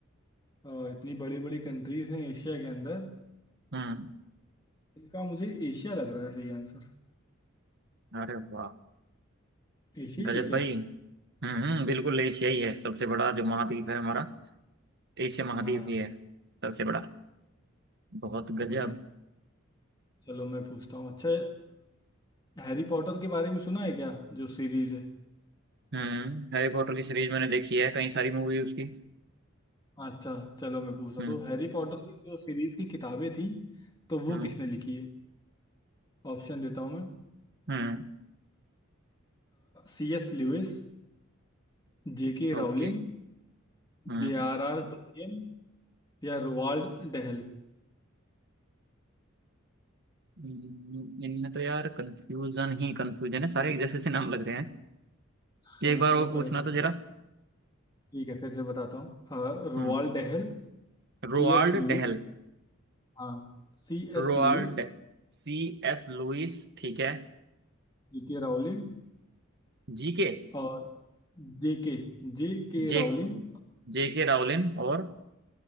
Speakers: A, on the left (about 20°); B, on the right (about 55°).
A: अ, इतनी बड़ी बड़ी कंट्रीज हैं एशिया के अंदर
B: हम्म
A: इसका मुझे एशिया लग रहा है सही आंसर
B: अरे वाह
A: एशिया
B: गजब
A: ही है क्या
B: भाई हम्म हम्म, बिल्कुल एशिया ही है सबसे बड़ा जो महाद्वीप है हमारा एशिया महाद्वीप
A: हाँ
B: ही है सबसे बड़ा
A: चलो
B: बहुत गजब
A: बढ़िया चलो मैं पूछता हूँ अच्छा अ, हैरी पॉटर के बारे में सुना है क्या जो सीरीज है
B: हम्म हैरी पॉटर की सीरीज मैंने देखी है कई सारी मूवी उसकी
A: अच्छा चलो मैं पूछता
B: हम्म
A: हूँ। तो हैरी पॉटर की जो सीरीज की किताबें थी तो वो
B: हम्म
A: किसने लिखी है ऑप्शन देता हूँ मैं
B: हम्म
A: C S Lewis J K Rowling
B: ओके हम्म
A: J R R Tolkien या रोवाल्ड डहल
B: हम्म, इनमें तो यार कंफ्यूजन ही कंफ्यूजन है सारे एक जैसे से नाम लग रहे हैं
A: हाँ
B: एक बार
A: वो
B: वो
A: तो
B: पूछना
A: है तो
B: तो जरा
A: ठीक है फिर से बताता हूँ Roald
B: हम्म
A: Dahl
B: Roald
A: C S Lewis
B: Dahl
A: हाँ C
B: Roald
A: S Lewis
B: C S Lewis ठीक है
A: J K Rowling
B: जी के
A: और J K J K
B: जे
A: Rowling
B: जे के रावलिन और